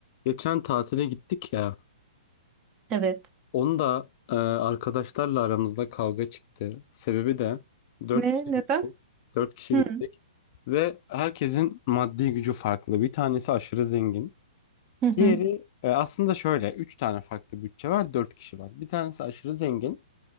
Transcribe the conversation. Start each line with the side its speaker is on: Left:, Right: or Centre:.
Left: Geçen tatile gittik ya.
Right: Evet.
Left: Onu da e, arkadaşlarla aramızda kavga çıktı. Sebebi de dört
Right: Ne?
Left: kişi
Right: Neden?
Left: gittik. Dört kişi
Right: Hı
Left: gittik. Ve herkesin maddi gücü farklı. Bir tanesi aşırı zengin.
Right: hı hı.
Left: Diğeri e, aslında şöyle. Üç tane farklı bütçe var. Dört kişi var. Bir tanesi aşırı zengin.